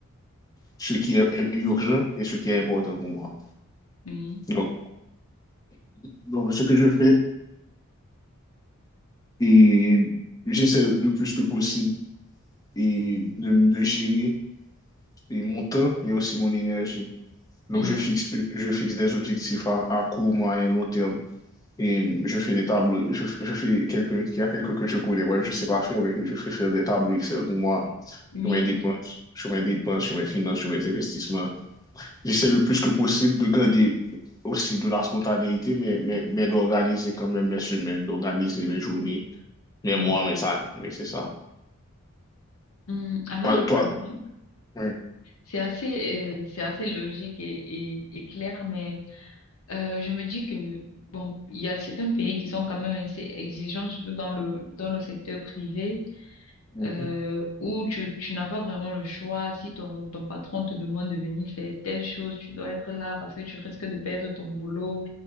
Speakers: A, on the left; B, on the left.
A: ce qui est est urgent et ce qui est important pour moi.
B: oui,
A: Donc, donc, ce que je fais, et j'essaie le plus que possible et de, de gérer et mon temps, mais aussi mon énergie. Donc,
B: oui,
A: je fixe, je fixe des objectifs à, à court, moyen, long terme. Et hum, je fais des tableaux. Je, je fais quelqu'un, il y a quelqu'un que je connais, ouais, je sais pas faire, mais je fais faire des tableaux Excel pour moi,
B: oui.
A: sur mes dépenses, sur mes dépenses, sur mes finances, sur mes investissements j'essaie le plus que possible de garder aussi de la spontanéité, mais, mais, mais d'organiser quand même mes semaines, d'organiser mes journées,
B: mhm,
A: mes mois, mes années. Oui, c'est ça.
B: mhm. Ah là,
A: Toi,
B: je comprends.
A: toi- ouais.
B: C'est assez, euh, c'est assez logique et, et, et clair, mais euh, je me dis que, bon, il y a certains pays qui sont quand même assez exigeants, surtout dans le, dans le secteur privé.
A: Mhm.
B: euh, où tu, tu n'as pas vraiment le choix. Si ton, ton patron te demande de venir faire telle chose, tu dois être là parce que tu risques de perdre ton boulot.